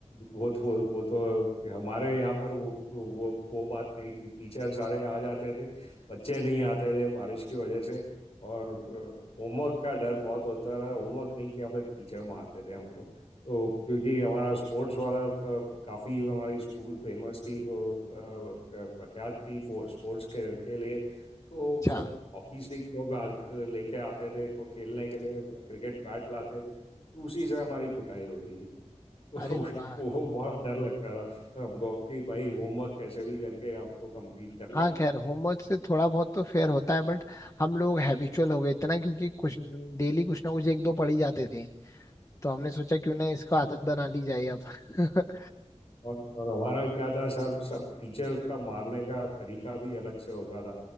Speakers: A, on the left; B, on the left.
A: वो तो वो तो हमारे यहाँ पर वो वो वो बात नहीं थी टीचर सारे आ जाते थे बच्चे नहीं आते थे बारिश की वजह से और होमवर्क का डर बहुत होता था होमवर्क नहीं किया फिर टीचर मारते थे हमको तो क्योंकि हमारा स्पोर्ट्स वाला प- काफी हमारी स्कूल फेमस थी वो अ, प्रख्यात थी स्पोर्ट्स के, के लिए तो
B: अच्छा
A: सब हॉकी स्टिक लोग आ, लेके आते थे को- खेलने के लिए क्रिकेट बैट लाते थे उसी से हमारी कुटाई होती थी वो
B: अरे वाह
A: वो बहुत डर लगता था हमको कि भाई होमवर्क कैसे भी करके आपको कंप्लीट करना
B: हाँ
A: है
B: खैर होमवर्क से थोड़ा बहुत तो फेयर होता है बट हम लोग हैबिचुअल हो गए इतना क्योंकि कुछ डेली कुछ ना कुछ एक दो पढ़ ही जाते थे तो हमने सोचा क्यों ना इसको आदत बना ली जाए अब <laughs>
A: और, और हमारा क्या था सर सब टीचर का मारने का तरीका भी अलग से होता था